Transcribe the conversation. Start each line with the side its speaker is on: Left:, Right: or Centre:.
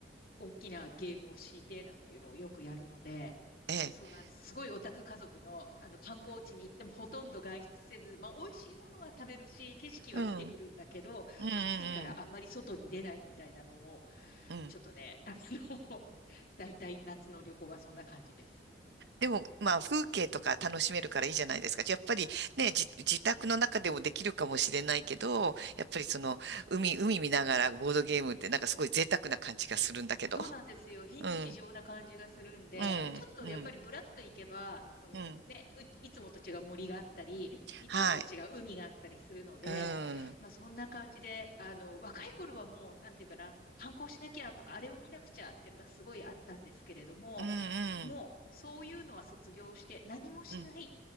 Left: 大きなゲームを敷いて、なんていうのをよくやるので、
Right: ええ。
Left: そうなんです。すごいオタク家族の、あの、観光地に行ってもほとんど外出せず、まあ、美味しいものは食べるし、景色は見てくるんだけど、
Right: うん。うん
Left: 暑いからあんまり外に出ないみたいなのを、
Right: うんうん。うん。
Left: ちょっとね、あの、<laughs> 大体夏の旅行はそんな感じです。
Right: でも、まあ、風景とか楽しめるからいいじゃないですか。やっぱりね、じ、自宅の中でもできるかもしれないけど、やっぱりその、海、海見ながらボードゲームってなんかすごい贅沢な感じがするんだけど。
Left: そうなんですよ。非日常な感じがするんで。
Right: うん。うん。
Left: で、ちょっとやっぱりブラッと行けば、
Right: うん。
Left: そのね、
Right: うん。
Left: ういつもと違う森があったり、いつもと違う海があったりするので、
Right: はい。うん。
Left: まあそんな感じで、あの、若い頃はもう、なんていうかな、反抗しなきゃとか、あれを見なくちゃっていうのがすごいあったんですけれども、
Right: うんうん。
Left: もうそういうのは卒業して何もしない
Right: うん。